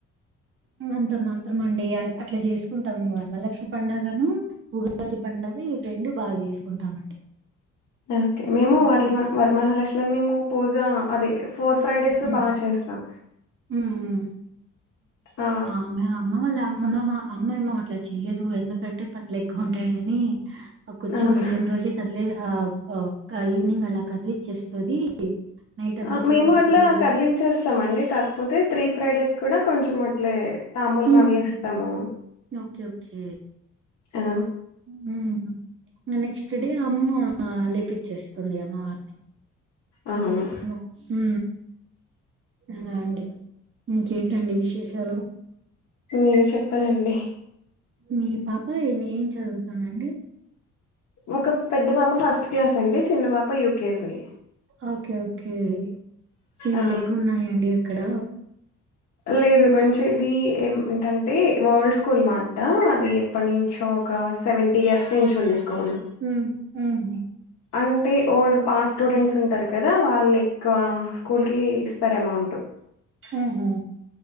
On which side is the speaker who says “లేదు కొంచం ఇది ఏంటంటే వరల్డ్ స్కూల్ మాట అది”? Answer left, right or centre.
Left